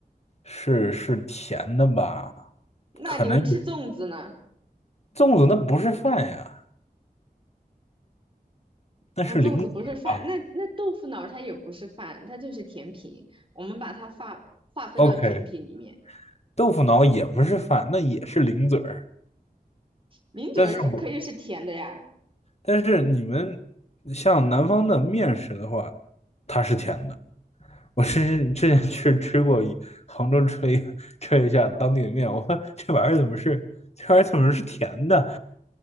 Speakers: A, on the left; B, on the right.
A: 是是甜的吧？
B: 那你们吃粽子呢？
A: 可能有粽子那不是饭呀，那是零嘴儿啊。
B: 嗯，粽子不是饭，那那豆腐脑儿它也不是饭，它就是甜品。我们把它划划分到甜品里面，
A: OK，豆腐脑也不是饭，那也是零嘴儿。
B: 零嘴儿就可以是甜的呀。
A: 但是我。但是你们像南方的面食的话，它是甜的。
B: 嗯。
A: 我是之前去吃过一杭州吃了一个吃了一下当地的面，我说这玩意儿怎么是这玩意儿怎么是甜的？